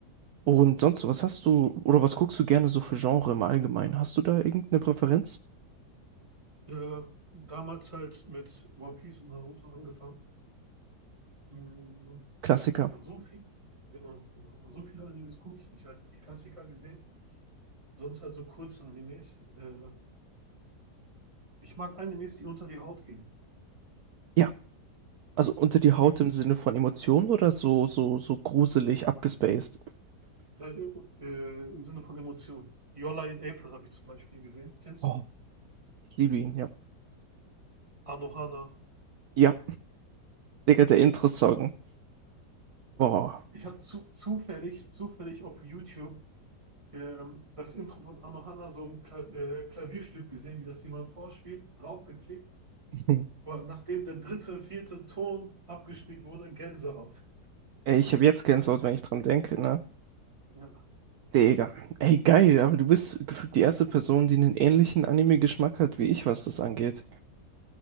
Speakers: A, on the right; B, on the right.
A: Und sonst, so, was hast du, oder was guckst du gerne so für Genre im Allgemeinen? Hast du da irgendeine Präferenz?
B: Äh, damals halt mit One Piece und Naruto angefangen. Mhm.
A: Klassiker.
B: Da so viel, genau, genau. So viele Animes gucke ich nicht. Halt die Klassiker gesehen, sonst halt so kurze Animes. Äh, ich mag Animes, die unter die Haut gehen.
A: Ja, Also unter die Haut
B: Jo,
A: im Sinne von Emotionen oder so, so, so gruselig, abgespaced?
B: äh, äh, Im Sinne von Emotionen. Your Lie in April habe ich zum Beispiel gesehen. Kennst
A: Oh,
B: du?
A: ich liebe ihn, ja.
B: Anohana.
A: Ja, Digga, der Intro-Song. Boah.
B: Ich habe zu, zufällig, zufällig auf YouTube ähm, das Intro von Arno Hanna, so ein Kla äh, Klavierstück gesehen, wie das jemand vorspielt, draufgeklickt.
A: <laughs>
B: Und nachdem der dritte, vierte Ton abgespielt wurde, Gänsehaut.
A: Ey, ich habe jetzt Gänsehaut, wenn ich dran denke, ne?
B: Ja,
A: Digga. Ey, geil, aber du bist gefühlt die erste Person, die einen ähnlichen Anime-Geschmack hat wie ich, was das angeht.